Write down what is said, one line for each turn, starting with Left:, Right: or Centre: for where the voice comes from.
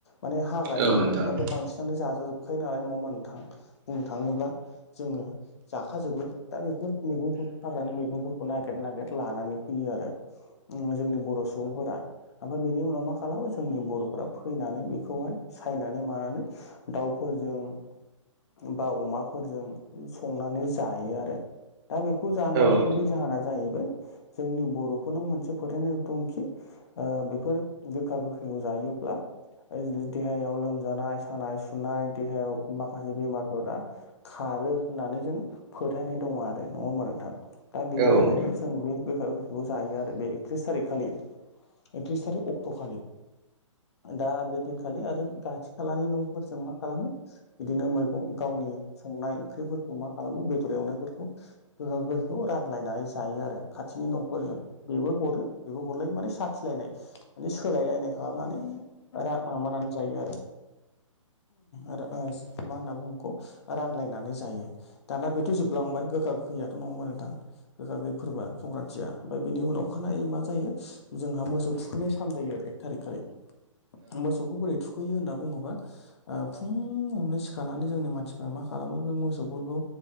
Left: माने हाग्रानि
Right: औ
Left: मैगंफोराथ'
Right: नोंथां
Left: बांसिनानो जाजाजोबखायो नालाय नङा होनबा नोंथां बुंनो थाङोब्ला जोङो जाखाजोबो दा बेफोर मैगंफोर हाग्रानि मैगंफोरखौ नागिर नागिर लानानै फैयो आरो जोंनि बर' सुबुंफोरा ओमफ्राय बेनि उनाव मा खालामो जोंनि बर'फ्रा फैनानै बेखौहाय सायनानै मानानै दाउफोरजों बा अमाफोरजों संनानै जायो आरो दा बेखौ जानायनि
Right: औ
Left: गुबै
Right: नोंथां
Left: जाहोना जाहैबाय जोंनि बर'फोरनाव मोनसे फोथायनाय दंखि बेफोर गोखा गोखैखौ जायोब्ला देहायाव लोमजानाय सानाय सुनाय देहायाव माखासे बेमारफोरा खारो होननानै जों फोथायनाय दङ आरो नङा होमबा नोंथां दा बेनि
Right: औ
Left: थाखायनो
Right: नोंथां औ नोंथां औ नोंथां
Left: जों बे गोखा गोसखौ जायो आरो बे थ्रिस थारिक खालि एकथ्रिस थारिख अक्ट' खालि दा बे दिनखालि आरो खाथि खालानि न'फोरजों मा खालामो बिदिनो मैगं गावनि संनाय ओंख्रिफोरखौ मा खालामो बेदर एवनायफोरखौ गोखा गोखैखौ रानलायनानै जायो आरो खाथिनि न'फोरजों बेबो हरो बेबो हरलायो माने साखिलायनाय माने सोलायलायनाय खालामनानै रा माबानानै जायो आरो आरो मा होनना बुङखौ रानलायनानै जायो दाना बेथ' जोबलांबाय गोखा गोखैयाथ' नङा होमबा नोंथां गोखा गोखै फोरबोआ संक्रान्तथिया ओमफ्राय बेनि उनाव अखानाय मा जायो जोंहा मोसौ थुखैनाय सान जायो आरो एक थारिख खालि मोसौखौ बोरै थुखैयो होनना बुङोब्ला फुङावनो सिखारनानै जोंनि मानसिफ्रा मा खालामो बे मोसौफोरखौ